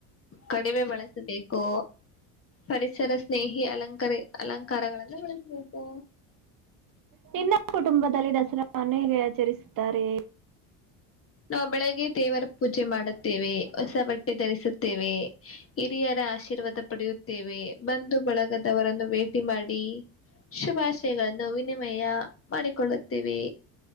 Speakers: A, on the left; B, on the right.
A: ಕಡಿಮೆ ಬಳಸಬೇಕು ಪರಿಸರ ಸ್ನೇಹಿ ಅಲಂಕ ಅಲಂಕಾರಗಳೆಲ್ಲ ಬಳಸಬೇಕು.
B: ನೀನ್ನ ಕುಟುಂಬದಲ್ಲಿ ದಸರಾವನ್ನು ಹೇಗೆ ಆಚರಿಸುತ್ತಾರೆ
A: ನಾವು ಬೆಳಿಗ್ಗೆ ದೇವರ ಪೂಜೆ ಮಾಡುತ್ತೇವೆ ಹೊಸ ಬಟ್ಟೆ ಧರಿಸುತ್ತೇವೆ ಹಿರಿಯರ ಆಶೀರ್ವಾದ ಪಡೆಯುತ್ತೇವೆ. ಬಂದು ಬಳಗದವರನ್ನು ಭೇಟಿ ಮಾಡಿ ಶುಭಾಶಯಗಳನ್ನು ವಿನಿಮಯ ಮಾಡಿಕೊಳ್ಳುತ್ತೆವೇ